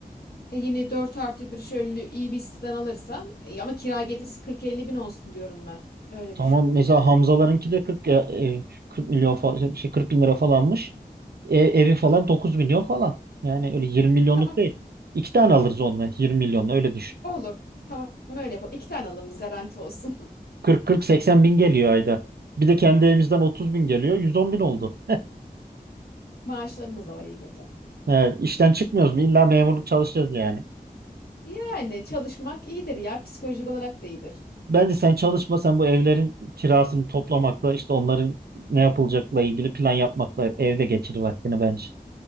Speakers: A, on the left; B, on the right.
A: E yine 4 artı bir şöyle iyi bir siteden alırsan e ama kira gelirse 40-50 bin olsun diyorum ben. Öyle
B: Tamam
A: düşün.
B: mesela Hamzalarınki de 40 ya- e, 40 milyon falan şey 40 bin lira falanmış. E, evi falan 9 milyon falan. Yani öyle 20 milyonluk
A: Tamam
B: değil. İki tane alırız onunla 20 milyonla öyle düşün.
A: olur. Tamam öyle yapalım. İki tane alalım biz garanti olsun.
B: 40-40-80 bin geliyor ayda. Bir de kendi evimizden 30 bin geliyor. 110 bin oldu.
A: <laughs> Maaşlarımız da var iyi kötü.
B: Evet, işten çıkmıyoruz mu? İlla memurluk çalışacağız yani.
A: Yani çalışmak iyidir ya. Psikolojik olarak da iyidir.
B: Bence sen çalışma sen bu evlerin kirasını toplamakla işte onların ne yapılacakla ilgili plan yapmakla evde geçir vaktini bence.